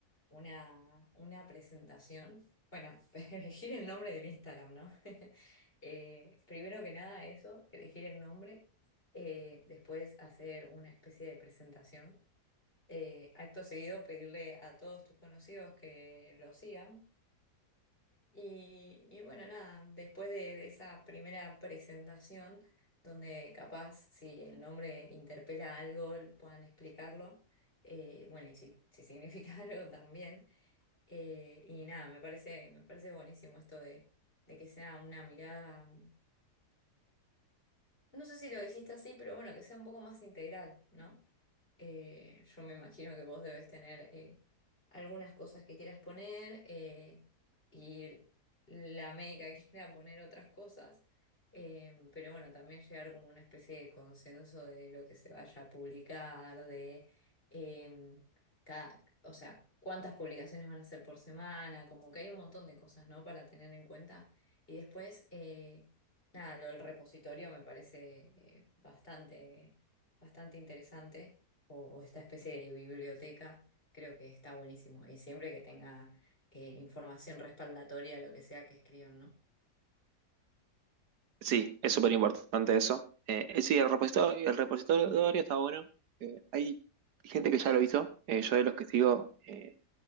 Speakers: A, on the left; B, on the right.
A: una, una presentación. Bueno, <laughs> elegir el nombre del Instagram, ¿no? <laughs> Eh, primero que nada eso, elegir el nombre. Eh, después hacer una especie de presentación eh, acto seguido pedirle a todos tus conocidos que lo sigan. Y, y bueno, nada, después de, de esa primera presentación, donde capaz si el nombre interpela algo, puedan explicarlo. eh, bueno, y si, si significa <laughs> algo también. Eh, y nada, me parece, me parece buenísimo esto de, de que sea una mirada, no sé si lo dijiste así, pero bueno, que sea un poco más integral, ¿no? Eh, yo me imagino que vos debes tener eh, algunas cosas que quieras poner eh, y la médica <laughs> quiera poner otras cosas, Eh, pero bueno, también llegar como una especie de consenso de lo que se vaya a publicar, de eh, cada, o sea, cuántas publicaciones van a hacer por semana, como que hay un montón de cosas, ¿no? Para tener en cuenta. Y después, eh, nada, lo del repositorio me parece eh, bastante, bastante interesante o, o esta especie de biblioteca, creo que está buenísimo. Y siempre que tenga eh, información respaldatoria, lo que sea que escriban, ¿no?
B: Sí, es súper importante eso. Eh, eh, sí, el repositorio, el repositorio está bueno. Eh, hay gente que ya lo hizo. Eh, yo de los que sigo, eh,